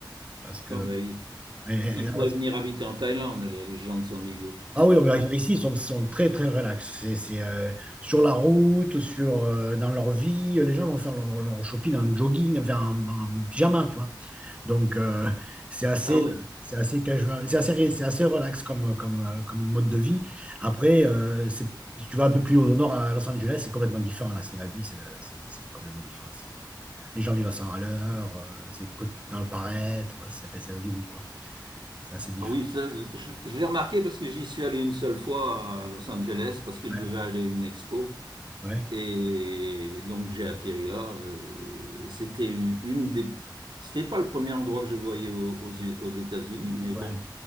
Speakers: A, on the right; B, on the right.
A: Parce que.
B: Ah ben, il,
A: et- et-
B: il
A: alors-
B: pourrait venir habiter en Thaïlande, alors, les gens de Sandiego.
A: ah oui, mais ici, ils sont, sont très, très relax. C'est, c'est, euh, sur la route, sur, euh, dans leur vie, les gens vont faire leur, leur shopping en jogging, enfin, en, en pyjama, tu vois. Donc, euh, c'est assez,
B: Ah oui.
A: c'est assez casual, c'est assez, c'est assez relax comme, comme, euh, comme mode de vie. Après, euh, c'est- si tu vas un peu plus au nord à Los Angeles, c'est complètement différent. Là, c'est la vie, c'est la- c'est- c'est complètement différent. C'est- Les gens vivent à 100 à l'heure, euh, c'est co- dans le paraître, c'est enfin, c'est Hollywood, quoi. C'est assez différent.
B: Ah Oui, ça, je, je- je l'ai remarqué parce que j'y suis allé une seule fois à Los Angeles parce que
A: Ouais,
B: je devais aller à une expo.
A: ouais,
B: Et donc j'ai atterri là. Euh, C'était une une des. C'était pas le premier endroit que je voyais aux, aux- aux États-Unis, mais
A: ouais,
B: bon,